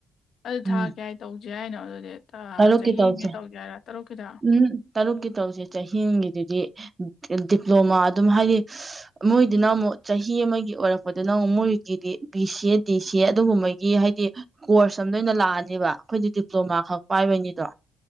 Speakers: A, on the left (about 65°); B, on the right (about 30°).
A: ꯑꯗꯨ
B: ꯎꯝ
A: ꯊꯥ ꯀꯦ ꯍꯥꯏ ꯇꯧꯁ ꯍꯥꯏꯅꯣ ꯑꯗꯨꯗꯤ
B: ꯇꯔꯨꯛꯀꯤ
A: ꯆꯍꯤꯒꯤ
B: ꯇꯧꯁꯦ
A: ꯇꯧꯒꯦ ꯍꯥꯏꯔꯥ ꯇꯔꯨꯛꯀꯤꯗ
B: ꯎꯝ ꯇꯔꯨꯛꯀꯤ ꯇꯔꯨꯛꯁꯦ ꯆꯍꯤꯒꯤꯗꯨꯗꯤ ꯗꯤꯄ꯭ꯂꯣꯃꯥ ꯑꯗꯨꯝ ꯍꯥꯏꯗꯤ ꯃꯣꯏꯗꯨꯅ ꯑꯃꯨꯛ ꯆꯍꯤ ꯑꯃꯒꯤ ꯑꯣꯏꯔꯛꯄꯗꯨꯅ ꯃꯣꯏꯒꯤꯗꯤ ꯕꯤ ꯁꯤ ꯑꯦ ꯗꯤ ꯁꯤ ꯑꯦ ꯑꯗꯨꯒꯨꯝꯕꯒꯤ ꯍꯥꯏꯗꯤ ꯀꯣꯔꯁ ꯁ ꯂꯣꯏ ꯂꯑꯅꯦꯕꯈꯣꯏꯗꯤ ꯗꯤꯄ꯭ꯂꯣꯃꯥ ꯈꯛ ꯄꯥꯏꯕꯅꯤꯗꯣ